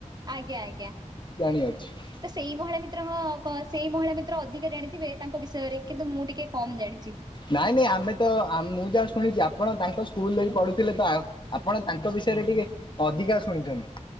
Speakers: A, on the right (about 30°); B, on the left (about 35°).
A: ଆଜ୍ଞା ଆଜ୍ଞା।
B: ଜାଣିଅଛି।
A: ତ ସେଇ ମହିଳା ମିତ୍ର ହ କ ସେଇ ମହିଳା ମିତ୍ର ଅଧିକା ଜାଣିଥିବେ ତାଙ୍କ ବିଷୟରେ କିନ୍ତୁ ମୁଁ ଟିକେ କମ ଜାଣିଚି।
B: ନାଇଁ ନାଇଁ ଆମେ ତ ଆମ୍ ମୁଁ ଯାହା ଶୁଣିଚି ଆପଣ ତାଙ୍କ ସ୍କୁଲରେ ପଢୁଥିଲେ ତ। ଆପଣ ତାଙ୍କ ବିଷୟରେ ଟିକେ ଅଧିକା ଶୁଣିଚନ୍ତି।